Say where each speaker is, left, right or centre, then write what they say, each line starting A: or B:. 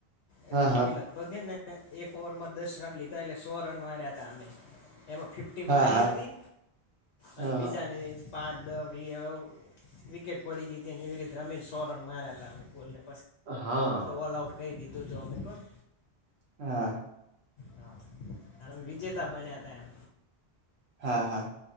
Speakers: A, on the left; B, on the right.
A: એટલે
B: હા હા
A: અમી લગ પગે ને એક ઓવરમાં દસ રન લીધા એટલે સો રન માર્યા હતા અમે, એમાં ફિફ ઈ
B: હા
A: મારી હતી,
B: હા
A: અને બીજાને પાંચ દસ વીસ વિકેટ પડી જઈ હતી ને એવી રીતે રમીન સો રન માર્યા હતા અમે બોલને પસી
B: હા.
A: તો ઓલ આઉટ કહી દીધું હતું અમે પણ.
B: હા.
A: હા, અને વિજેતા બન્યા હતા એમ.
B: હા હા.